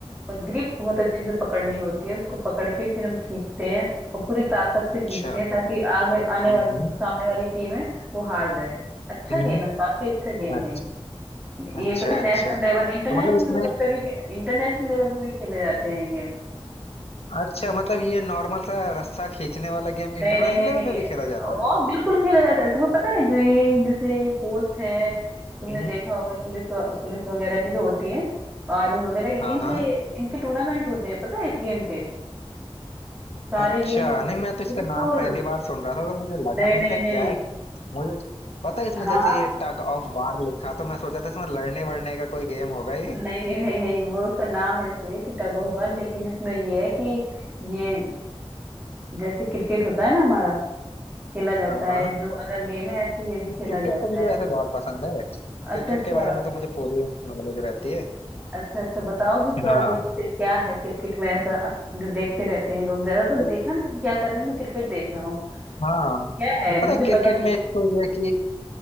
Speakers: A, on the right; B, on the left.
A: और ग्रिप बहुत अच्छे से पकड़नी होती है उसको पकड़ के फिर हम खींचते हैं और पूरी ताकत
B: अच्छा
A: से खींचते हैं ताकि आगे आने
B: हम्म
A: वाली
B: हम्म
A: जो सामने वाली टीम है वो हार जाए अच्छा
B: हम्म,
A: गेम है काफी अच्छा गेम
B: अच्छा
A: है ये
B: अच्छा
A: पता है
B: अच्छा
A: नेशनल लेवल इंटरनेशनल
B: तो मतलब इसमें
A: लेवल पे भी इंटरनेशनल लेवल पे भी खेले जाते हैं ये गेम
B: अच्छा मतलब ये नॉर्मल सा रस्सा खींचने वाला गेम
A: नहीं
B: इंटरनेशनल
A: नहीं नहीं
B: लेवल
A: नहीं
B: पे भी खेला जाता है
A: ओ बिल्कुल खेला जाता है तुम्हें पता है जो ये जैसे पोस्ट है तुमने
B: हम्म
A: देखा होगा पुलिस पुलिस वगैरह की जो होती है आर्मी वगैरह
B: हाँ
A: इनके
B: हाँ
A: इनके टूर्नामेंट होते हैं पता है इस गेम के सारे
B: अच्छा
A: गेम होते
B: नहीं मैं तो इसका
A: बिल्कुल
B: नाम पहली बार सुन रहा था तो मुझे लगा
A: नहीं
B: मैंने
A: नहीं
B: कहा
A: नहीं
B: कैट मुझे पता है इसमें
A: हाँ
B: जैसे
A: हाँ
B: ये टग ऑफ वार लिखा तो मैं सोचा था इसमें लड़ने वड़ने का कोई गेम होगा ये
A: नहीं नहीं नहीं नहीं वो उसका नाम ऐसे है कि
B: हम्म।
A: टग ऑफ वार लेकिन इसमें ये है कि ये जैसे क्रिकेट होता है ना हमारा खेला जाता
B: हाँ
A: है
B: हाँ
A: जो अदर गेम है ऐसे ही ये भी खेला
B: क्रिकेट
A: जाता
B: तो मुझे
A: है
B: वैसे बहुत पसंद है क्रिकेट
A: अच्छा अच्छा
B: के बारे में तो मुझे पूरी नॉलेज रहती है
A: अच्छा अच्छा बताओ फिर क्या
B: हाँ
A: देखते क्या है क्रिकेट में ऐसा जो देखते रहते हैं लोग ज्यादातर
B: तो-
A: देखा ना कि क्या कर रहे हैं मैं क्रिकेट देख रहा हूँ
B: हाँ
A: क्या है
B: तो पता
A: मुझे
B: है क्रिकेट
A: पता नहीं
B: में एक तो ये है कि